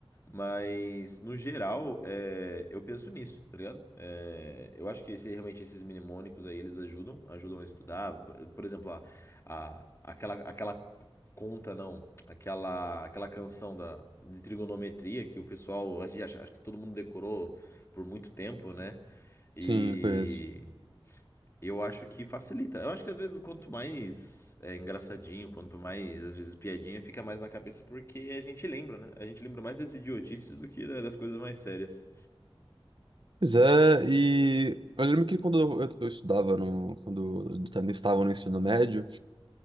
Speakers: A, on the left (about 30°); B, on the right (about 55°).
A: Mas, no geral, é, eu penso nisso, tá ligado? É, eu acho que esse- realmente esses mnemônicos aí, eles ajudam, ajudam a estudar. P- Por exemplo, a, a- aquela, aquela conta, não, aquela, aquela canção da, de trigonometria que o pessoal, a gente acha, acho que todo mundo decorou por muito tempo, né? E
B: Sim, conheço.
A: eu acho que facilita. Eu acho que às vezes quanto mais é, engraçadinho, quanto mais, às vezes, piadinha, fica mais na cabeça porque a gente lembra, né? A gente lembra mais das idiotices do que da- das coisas mais sérias.
B: Pois é, e eu lembro que quando eu, eu estudava, no, quando eu também estava no ensino médio,